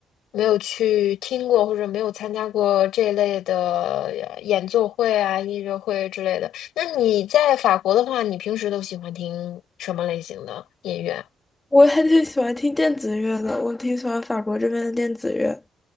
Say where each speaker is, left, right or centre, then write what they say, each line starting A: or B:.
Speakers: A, on the left; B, on the left.
A: 没有去听过，或者没有参加过这类的呃演奏会啊、音乐会之类的。那你在法国的话，你平时都喜欢听什么类型的音乐？
B: 我还挺喜欢听电子乐的，我挺喜欢法国这边的电子乐。